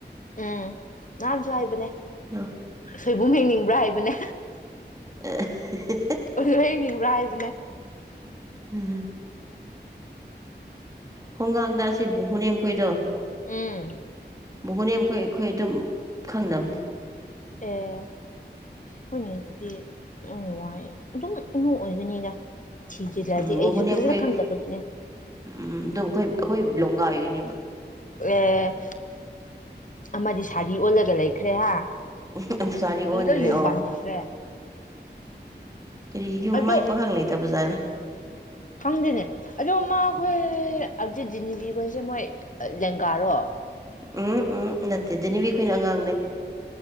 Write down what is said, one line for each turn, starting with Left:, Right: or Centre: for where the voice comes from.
Left: ꯎꯝ ꯅꯍꯥꯟꯁꯨ ꯍꯥꯏꯕꯅꯦ
Right: ꯌꯨꯝ
Left: ꯁꯣꯏꯕꯨꯝ ꯍꯤꯡꯅꯤꯡꯕ꯭ꯔꯥ ꯍꯥꯏꯕꯅꯦ
Right: ꯑꯦ ꯑꯥ ꯍꯦ-ꯍꯦ
Left: ꯑꯗꯨ ꯂꯩꯅꯤꯡꯕ꯭ꯔꯥ ꯍꯥꯏꯕꯅꯦ
Right: ꯎꯝ ꯈꯣꯡꯒꯥꯡꯗ ꯑꯁꯦ ꯕꯨꯍꯨꯅꯦꯝ ꯑꯈꯣꯏꯗꯣ
Left: ꯎꯝ
Right: ꯕꯨꯒꯨꯅꯦꯝ ꯑꯩꯈꯣꯏ-ꯑꯩꯈꯣꯏ ꯑꯗꯨꯝ ꯈꯪꯅꯕꯅꯦ
Left: ꯑꯦ ꯍꯣꯏꯅꯦ ꯑꯗꯨꯗꯤ ꯑꯣꯏ ꯋꯥꯏ ꯑꯗꯨꯝ ꯏꯃꯨꯡ ꯑꯣꯏꯒꯅꯤꯗ ꯊꯤꯖꯤꯜꯂꯗꯤ
Right: ꯎꯝ ꯕꯨꯍꯨꯅꯦꯝ
Left: ꯑꯩꯁꯨ ꯐꯖꯅ
Right: ꯑꯩꯈꯣꯏ
Left: ꯈꯪꯗꯕꯒꯤꯅꯦ
Right: ꯎꯝ ꯑꯗꯨꯝ ꯑꯩꯈꯣꯏ ꯑꯩꯈꯣꯏ ꯂꯣꯡꯒꯥ ꯑꯣꯏꯔꯤꯅꯦꯕ
Left: ꯑꯦ ꯑꯃꯗꯤ ꯁꯥꯔꯤ ꯑꯣꯜꯂꯒ ꯂꯩꯈ꯭ꯔꯦ ꯍꯥ
Right: ꯎ ꯑꯃ ꯁꯥꯔꯤ ꯑꯣꯟꯒ꯭ꯔꯦ
Left: ꯂꯣꯏ ꯌꯨꯝ
Right: ꯑꯣ
Left: ꯄꯥꯟꯅꯈ꯭ꯔꯦ
Right: ꯀꯔꯤꯒꯤ ꯌꯨꯝ
Left: ꯑꯗꯣ
Right: ꯃꯥꯏ ꯄꯈꯪ ꯂꯩꯇꯕꯖꯥꯠꯅ
Left: ꯈꯪꯗꯦꯅꯦ ꯑꯗꯣ ꯃꯥꯈꯨꯏ ꯑꯗꯨ ꯗꯤꯂꯤꯕꯤꯈꯣꯏꯖꯦ ꯃꯣꯏ ꯂꯦꯡꯒꯥꯔꯣ
Right: ꯎꯝ-ꯎꯝ ꯅꯠꯇꯦ ꯗꯤꯅꯤꯕꯤ ꯈꯣꯏꯅ ꯑꯉꯥꯡꯅꯦ